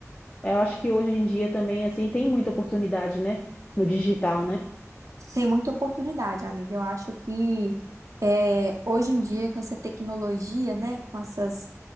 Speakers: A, on the left; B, on the right.
A: Eu acho que hoje em dia também, assim, tem muita oportunidade, né? No digital, né?
B: Tem muita oportunidade, amiga. Eu acho que é, hoje em dia, com essa tecnologia, né, com essas